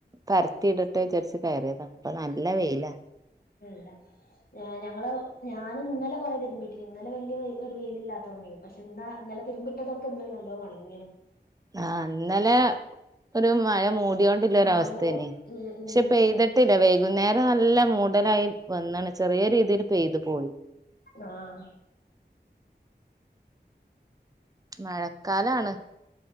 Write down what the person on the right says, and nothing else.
പരത്തിയിടട്ട് ച കേറിയതാ അപ്പൊ നല്ല വെയിലാ
ആ ഇന്നലെ ഒരു മഴ മൂടി ടോണ്ടിള്ള
അവസ്ഥേനി
പക്ഷെ
പെയ്തിട്ടില്ല വൈകുന്നേരം നല്ല മൂഡലായി വന്നണ് ചെറിയ രീതിൽ പെയ്ത് പോയി
മഴക്കാലാണ്